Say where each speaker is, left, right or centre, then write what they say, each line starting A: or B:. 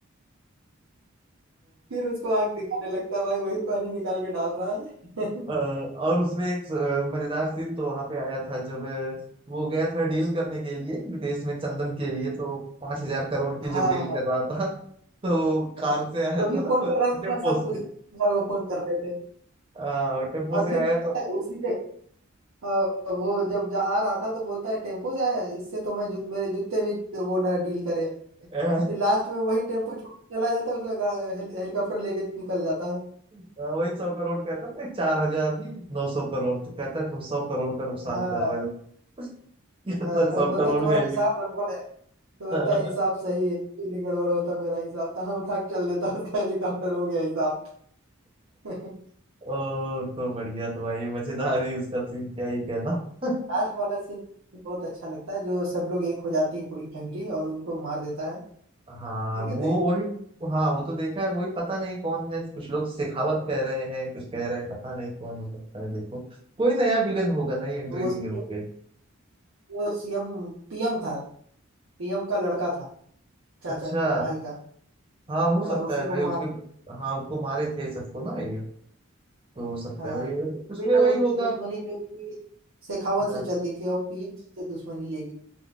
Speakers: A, on the right; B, on the right.
A: फिर उसको आंख दिखाने लगता है भाई वही पानी निकाल के डाल रहा है <laughs>
B: अ, और उसमें एक अ, मजेदार सीन तो वहां पे आया था जब अ, वो गया था डील करने के लिए विदेश में चंदन के लिए तो पांच हजार करोड़ की
A: हाँ
B: जब डील
A: हाँ
B: कर
A: हाँ।
B: रहा था तो कार
A: तो
B: से आया
A: भी
B: था ना
A: फोन
B: वो
A: कर रहा
B: टेम्पो
A: था सब
B: से
A: कुछ को फोन कर रहे थे
B: आ, टेम्पो
A: और
B: से
A: फिर
B: आया
A: पता है उसी के अ, वो जब जा आ रहा था तो बोलता है टेम्पो से आया है, इससे तो मैं जु, मेरे जूते भी वो ना डील करें
B: था
A: फिर लास्ट में वही टेम्पो छोड़ के चला जाता है उसका गा- हेली- हेलीकॉप्टर लेके निकल जाता है
B: हाँ, वही सौ करोड़ कहता था चार हजार नौ सौ करोड़ तो कहता है तुम सौ करोड़ का नुकसान
A: हाँ
B: कर रहे हो <laughs> ये
A: हाँ
B: तो सौ
A: बोलता
B: करोड़
A: तुम्हारा
B: में है
A: हिसाब
B: लिखा
A: गड़बड़ है तो बोलता
B: हाँ,
A: है हिसाब सही है कुछ नहीं गड़बड़ होता मेरा हिसाब था उठा के चल देता उसका हेलीकॉप्टर हो गया हिसाब <laughs>
B: ओ <laughs> तो बढ़िया तो भाई मजेदार ही उसका सीन क्या ही कहना <laughs>
A: लास्ट वाला सीन बहुत अच्छा लगता है जो सब लोग एक हो जाती है पूरी फैमिली और उनको मार देता है
B: हाँ
A: देखे
B: वो
A: थे
B: वही हाँ वो तो देखा है वही पता नहीं कौन है कुछ लोग शेखावत कह रहे हैं कुछ कह रहे हैं पता नहीं कौन हो सकता है देखो कोई नया विलन होगा नई एंट्री
A: और वो
B: दिए
A: CM
B: होंगे
A: वो सीएम पीएम था पीएम का लड़का था चाचा
B: अच्छा
A: का भाई का
B: हाँ हो सकता
A: हाँ उसी
B: है भाई
A: को मार
B: उसके हाँ उसको मारे थे सबको ना ये तो हो सकता
A: हाँ
B: है वही
A: अभी
B: अब उसमें
A: तक
B: वही
A: उसकी
B: होगा
A: दुश्मनी जो थी शेखावत
B: हाँ
A: से चलती थी और पीएम से दुश्मनी ले